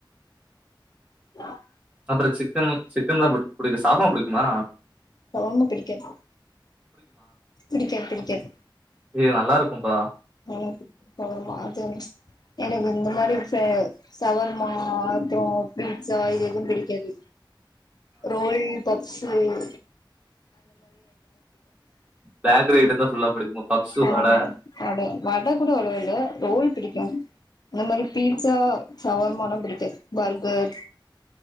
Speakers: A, on the left; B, on the right.
A: ஆஹ்
B: அப்றோ சிக்கன் சிக்கன் தா புட் புடிக்கு ஷவர்மா புடிகுமா
A: ஷவர்மா பிடிகாது பிடிகாது பிடிகாது
B: இது நல்லா இருகும்ப்பா
A: ஆனா ஷவர்மா அது ச்சு எனக்கு இந்த மாரி ச சவர்மா அப்றோ பீட்சா இது எதும் பிடிக்காது ரோல் பஃப்ஸ் உம்
B: பேக்ரி ஐட்டத்த ஃபுல்லா பிடிக்கு பப்ஸு
A: ஆ
B: வட
A: அட வட கூட அவ்ளோ இல்ல ரோல் பிடிக்கு இந்த மாரி பீட்சா ஷவர்மானா பிடிகாது பர்கர்